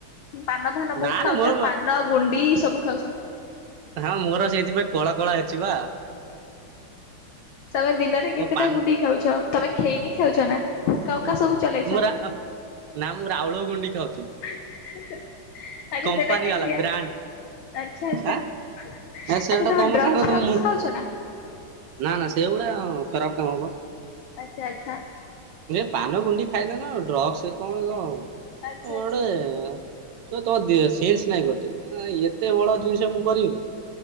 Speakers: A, on the left (about 70°); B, on the right (about 70°).
A: ପାନ ଫାନ
B: ନା
A: ବହୁତ
B: ନା
A: ଖାଉଚ
B: ମୋର
A: ପାନ ଗୁଣ୍ଡି ସବୁ ଖାଉଚ।
B: ହଁ ମୋର ସେଇଥିପାଇଁ କଳ କଳା ଅଛି ବା।
A: ତମେ ଦିନରେ କେତେଟା
B: ମୋ ପାନ
A: ଗୁଣ୍ଡି ଖାଉଛ ତମେ ଖେଇନି ଖାଉଛ ନା? ହୁକା ହୁକା
B: ହୁଁ
A: ସବୁ ଚଲେଇଛ
B: ମୁଁ ରା ନା ମୁଁ ରାଉଳ ଗୁଣ୍ଡି ଖାଉ
A: ଆଛା
B: କମ୍ପାନୀ
A: ସେଟା କେମିତିଆ?
B: ବାଲା ବ୍ରାଣ୍ଡ
A: ଆଛା ଆଛା
B: ଆଁ
A: ଆଚ୍ଛା
B: ସେଟା
A: ତମେ ଡ୍ରଗ୍ସ
B: ଖାଇବ ତମ
A: ଫରକ୍ସ
B: ମୁ
A: ଖାଉଚ ନା?
B: ନା ନା ସେଗୁଡା ଖରାପ କାମ ପା।
A: ଆଛା ଆଚ୍ଛା।
B: ଏ ପାନ ଗୁଣ୍ଡି ଖାଇଦେ ନା ଡ୍ରଗ୍ସ କଣ କଣ ତମେ
A: ଆଚ୍ଛା
B: ଗୋଟେ
A: ଆଚ୍ଛା
B: ସ ତମ ସେନ୍ସ ନାଇଁ ଗୋଟେ ଅଁ ଏତେ ବଡ ଜିନିଷ ମୁଁ କରିବିକି।